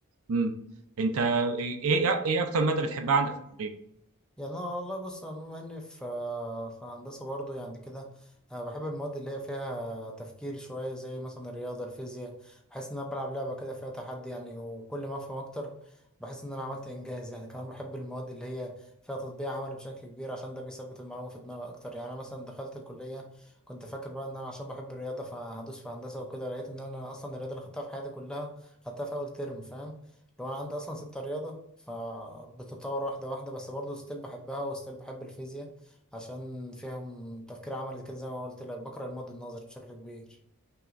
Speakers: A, on the right; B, in the centre.
A: امم انت ايه ايه اكتر ماده بتحبها عندك في الكليه
B: يعني انا والله بص انا بما اني في آه، في هندسه برضو يعني كده أنا بحب المواد اللي هي فيها تفكير شويه زي مثلا الرياضه الفيزياء بحس ان انا بلعب لعبه كده فيها تحدي يعني وكل ما افهم اكتر بحس ان انا عملت انجاز يعني كمان بحب المواد اللي هي فيها تطبيق عملي بشكل كبير عشان ده بيثبت المعلومه في دماغي اكتر يعني انا مثلا دخلت الكليه كنت فاكر بقى ان انا عشان بحب الرياضه فهدوس في هندسه وكده لقيت ان انا اصلا الرياضه اللي خدتها في حياتي كلها خدتها في اول ترم فاهم لو انا عندي اصلا ستة رياضة فبتتطور واحدة واحدة بس برضه ستيل بحبها وستيل بحب الفيزياء عشان فيهم تفكير عملي كده زي ما قلت لك بقرا الماضي النظري بشكل كبير